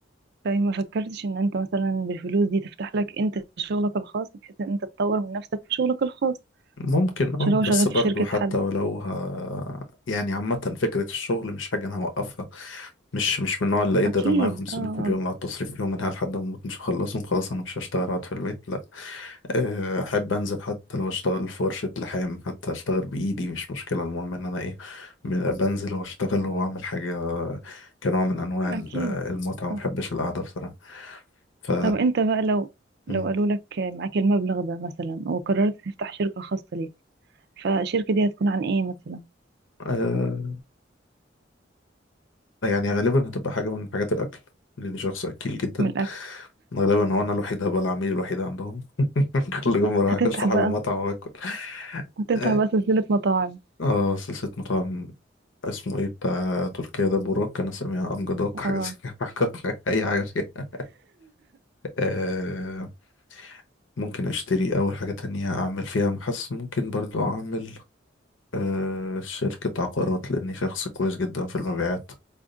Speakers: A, on the right (about 60°); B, on the left (about 85°).
A: طيب ما فكرتش ان انت مثلا بالفلوس دي تفتح لك انت شغلك الخاص بحيث ان انت تطور من نفسك في شغلك الخاص
B: ممكن
A: مش
B: اه
A: اللي هو
B: بس
A: شغال
B: برضو
A: في شركة
B: حتى
A: حد
B: ولو ها يعني عامة فكرة الشغل مش حاجة انا هوقفها مش مش من النوع اللي ايه
A: اكيد
B: ده ده معايا 500
A: اه اه
B: مليون اللي هتصرف فيهم منها لحد ما اموت مش هخلصهم خلاص انا مش هشتغل اقعد في البيت لا آه، احب انزل حتى لو اشتغل في ورشة لحام حتى اشتغل بايدي مش مشكلة المهم ان انا ايه ب- بنزل واشتغل واعمل حاجة كنوع من انواع ال-
A: اكيد
B: المتعة ما
A: صح
B: بحبش القعدة بصراحة ف
A: طب انت بقى لو
B: مم.
A: لو قالوا لك معاك المبلغ ده مثلا وقررت تفتح شركة خاصة ليك فالشركة دي هتكون عن ايه مثلا
B: آه، يعني غالبا هتبقى حاجة من حاجات الاكل لاني شخص اكيل جدا
A: من الاكل
B: غالبا هو انا الوحيد هبقى العميل الوحيد عندهم <laughs> كل يوم بروح
A: هتفتح
B: اكل صاحب
A: بقى
B: المطعم واكل
A: هتفتح
B: اه
A: بقى سلسلة مطاعم
B: آه، سلسلة مطاعم اسمه ايه بتاع تركيا ده بوراك انا سامع امجدوك حاجة
A: اه
B: زي كده <laughs> اي حاجة فيها آه ممكن اشتري اول حاجة تانية اعمل فيها محس ممكن برضو اعمل آه شركة عقارات لاني شخص كويس جدا في المبيعات